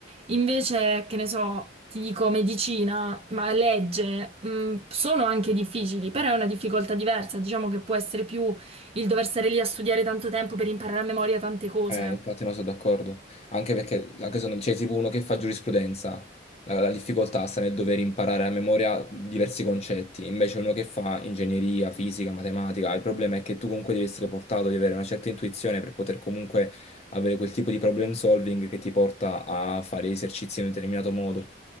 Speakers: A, on the right; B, on the left.
A: Invece, che ne so, ti dico medicina, ma legge, mh, sono anche difficili, però è una difficoltà diversa, diciamo che può essere più il dover stare lì a studiare tanto tempo per imparare a memoria tante cose.
B: Eh, infatti no, sono d'accordo. Anche perché, anche se non c'è tipo uno che fa giurisprudenza, la, la difficoltà sta nel dover imparare a memoria diversi concetti. Invece uno che fa ingegneria, fisica, matematica, il problema è che tu comunque devi essere portato, di avere una certa intuizione per poter comunque avere quel tipo di problem solving che ti porta a fare esercizi in un determinato modo.